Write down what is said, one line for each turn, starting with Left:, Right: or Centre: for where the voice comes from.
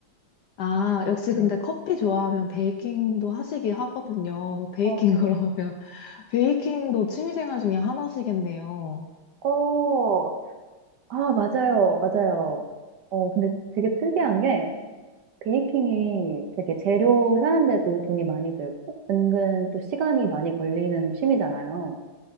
Left: 아, 역시
Right: 네.
Left: 근데 커피 좋아하면 베이킹도 하시기 하거든요. 베이킹
Right: 어, 네.
Left: 그러면. <laughs> 베이킹도 취미생활 중에 하나시겠네요.
Right: 어, 아, 맞아요. 맞아요. 어, 근데 되게 특이한 게, 베이킹이 되게 재료 사는데도 돈이 많이 들고, 은근 또 시간이 많이 걸리는 취미잖아요.